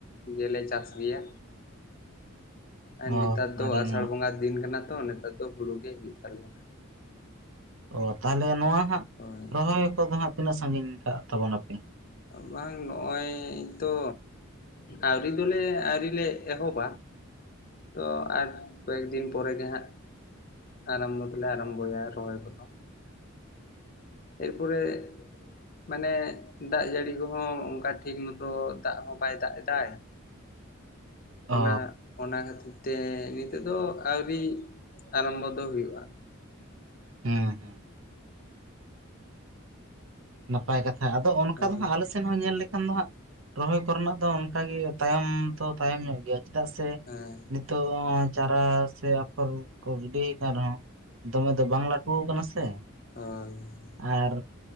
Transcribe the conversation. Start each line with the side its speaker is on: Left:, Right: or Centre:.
Left: ᱜᱮᱞᱮ ᱪᱟᱥ ᱜᱮᱭᱟ ᱟᱨ
Right: ᱚ
Left: ᱱᱮᱛᱟᱨ ᱫᱚ
Right: ᱟᱹᱰᱤ
Left: ᱟᱥᱟᱲ
Right: ᱱᱚᱣᱟ
Left: ᱵᱚᱸᱜᱟ ᱫᱤᱱ ᱠᱟᱱᱟ ᱛᱚ ᱱᱮᱛᱟᱨ ᱫᱚ ᱦᱩᱲᱩ ᱜᱮ ᱦᱳᱭᱳᱜ ᱛᱟᱞᱮᱭᱟ
Right: ᱚ ᱛᱟᱦᱚᱞᱮ ᱱᱚᱣᱟ ᱦᱟᱸᱜ
Left: ᱦᱳᱭ
Right: ᱨᱚᱦᱚᱭ ᱠᱚᱫᱚ ᱦᱟᱸᱜ ᱛᱤᱱᱟᱹᱜ ᱥᱟᱺᱜᱤᱧ ᱠᱟᱜ ᱛᱟᱵᱚᱱᱟᱯᱮ
Left: ᱵᱟᱝ ᱱᱚᱜᱼᱚᱭ ᱛᱚ ᱟᱣᱨᱤ ᱫᱚᱞᱮ ᱟᱹᱣᱨᱤ ᱞᱮ ᱮᱦᱚᱵ ᱛᱚ ᱟᱨ ᱠᱚᱭᱮᱠ ᱫᱤᱱ ᱯᱚᱨᱮᱜ ᱜᱮ ᱦᱟᱸᱜ ᱟᱨᱟᱢᱵᱷ ᱛᱞᱮ ᱟᱨᱚᱢᱵᱷ ᱦᱩᱭᱩᱜ ᱨᱚᱦᱚᱭ ᱠᱚᱫᱚ ᱮᱨᱯᱚᱨᱮ ᱢᱟᱱᱮ ᱫᱟᱜ ᱡᱟᱹᱲᱤ ᱠᱚᱦᱚᱸ ᱚᱱᱠᱟ ᱴᱷᱤᱠ ᱢᱚᱛᱚ ᱫᱟᱜ ᱦᱚᱸ ᱵᱟᱭ ᱫᱟᱜ ᱮᱫᱟ ᱚᱱᱟ
Right: ᱚ
Left: ᱚᱱᱟ ᱠᱷᱟᱹᱛᱤᱨ ᱛᱮ ᱱᱤᱛᱚᱜ ᱫᱚ ᱟᱹᱣᱨᱤ ᱟᱨᱟᱢᱵᱚ ᱫᱚ ᱦᱩᱭᱩᱜᱼᱟ
Right: ᱦᱮᱸ ᱦᱮᱸ ᱱᱟᱯᱟᱭ ᱠᱟᱛᱷᱟ ᱟᱫᱚ ᱚᱱᱠᱟ
Left: ᱦᱳᱭ
Right: ᱫᱚ ᱦᱟᱸᱜ ᱟᱞᱮ ᱥᱮᱫ ᱥᱮᱮᱫ ᱦᱚᱸ ᱧᱮᱞ ᱞᱮᱠᱷᱟᱱ ᱫᱚ ᱦᱜ ᱨᱚᱦᱚᱭ ᱠᱚᱨᱮᱱᱟᱜ ᱫᱚ ᱚᱱᱠᱟᱜ ᱜᱮ ᱛᱟᱭᱚᱢ ᱛᱚ ᱛᱟᱭᱚᱢ ᱧᱚᱜ ᱜᱮᱭᱟ ᱪᱮᱫᱟᱜ ᱥᱮ
Left: ᱦᱮᱸ
Right: ᱱᱤᱛᱚᱜ ᱪᱟᱨᱟ ᱥᱮ ᱟᱯᱷᱚᱨ ᱠᱚ ᱜᱤᱰᱤ ᱟᱠᱟᱱ ᱨᱮᱦᱚᱸ ᱫᱚᱢᱮ ᱫᱚ ᱵᱟᱝᱞᱟ ᱩᱴᱩ ᱟᱠᱟᱱᱟ ᱥᱮ
Left: ᱦᱚᱭᱻ
Right: ᱟᱨ